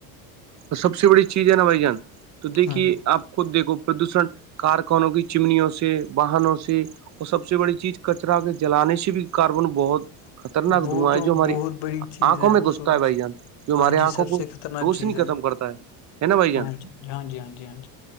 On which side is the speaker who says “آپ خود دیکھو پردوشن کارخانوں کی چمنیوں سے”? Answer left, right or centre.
Right